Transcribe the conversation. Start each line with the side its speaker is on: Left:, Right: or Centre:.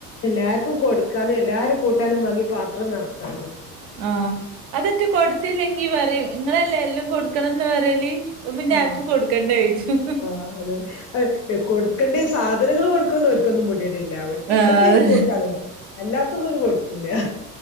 Left: എല്ലാർക്കും കൊടുക്കാനും എല്ലാരും കൂട്ടാനും വാങ്ങി പാത്രം നിറക്കാനും
Right: ആഹ അതൊട്ട കൊടുത്തില്ലെങ്കി പറയും നിങ്ങളല്ലേ എല്ലാം കൊടുക്കണംന്ന് പറയല് അപ്പൊ പിന്നെ
Left: ആഹ
Right: ആർക്കും കൊടുക്കണ്ട ചോയിച്ചും
Left: ആ അതല്ലെ അ കൊടുക്കണ്ടേ സാധനങ്ങൾ കൊടുക്കണന്ന് അവർക്കൊന്നും പൊടിയാടില്ല അവർക്ക്
Right: ആഹ്
Left: ഇതൊക്കെ എ കൊടുക്കാനല്ലോ അല്ലാത്തൊന്നും ഒരു കൊടുക്കൂല്ല